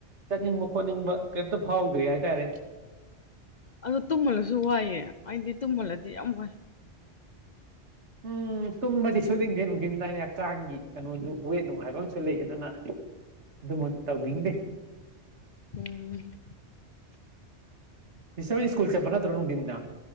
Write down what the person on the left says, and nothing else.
ꯑꯗ ꯇꯨꯝꯃꯜꯂꯁꯨ ꯋꯥꯏꯑꯦ ꯑꯩꯗꯤ ꯇꯨꯝꯍꯜꯂꯗꯤ ꯌꯥꯝ ꯋꯥꯏ
ꯎꯝ